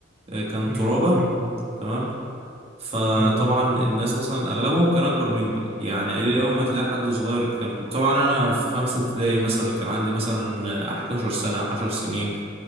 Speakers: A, on the right; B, in the centre.
A: آه، كان
B: مم،
A: ترابة
B: مم،
A: تمام فطبعا
B: مم، مم.
A: الناس مثلا اغلبهم كان اكبر مني يعني قليل اول ما تلاقي حد صغير كان كنت طبعا انا في خمسة ابتدائي مثلا كان عندي مثلا 11 سنة 10 سنين